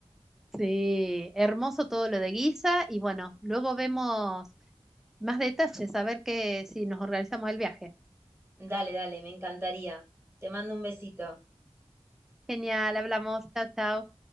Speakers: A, in the centre; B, on the right.
A: Sí, hermoso todo lo de Guisa y bueno, luego vemos más detalles, a ver que, si nos organizamos el viaje.
B: Dale, dale, me encantaría. Te mando un besito.
A: Genial, hablamos, chao, chao.